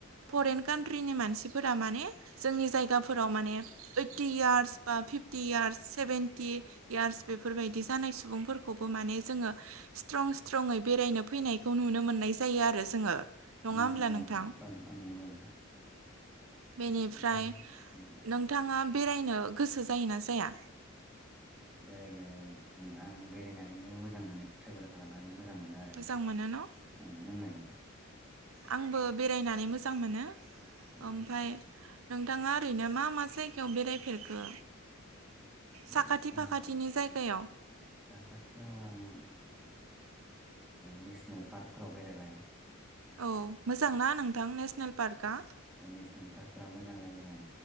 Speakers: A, on the right; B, in the centre.
A: फरेन कान्ट्रिनि मानसिफोरा माने जोंनि जायगाफोराव माने फिफ्टि यार्स बा फिफ्टि यार्स सेभेन्टि यार्स बेफोरबायदि जानाय सुबुंफोरखौबो माने म जोङो सै बेरायनो फैनायखौ नुनो मोननाय जायो आरो जोङो नङा
B: ओं
A: होमब्ला
B: नंगौ
A: नोंथां
B: नंगौ ओं ओं नंगौ नोंथां।
A: बेनिफ्राय
B: ओमफाय उम
A: नोंथाङा बेरायनो गोसो जायोना जाया
B: बेरायनो आं बेरायनानैनो मोजां मोनो ट्रेभेल खालामनानै मोजां। मोजां मोनो आरो नोंथां
A: मोजां मोनो न'
B: ओं लोंलाय नोंथां।
A: आंबो बेरायनानै मोजां मोनो
B: उम
A: ओमफ्रायाय नोंथाङा ओरैनो मा मा जायगायाव बेरायफेरखो
B: दासिम
A: साखाथि फाखाथिनि
B: आं
A: जायगायाव।
B: साखाथियाव आं। नेसनेल पार्कफोराव बेरायबाय।
A: औ मोजांना नोंथां नेसनेल पार्कआ
B: नेसनेल पार्कफोरा मोजां जायो आं।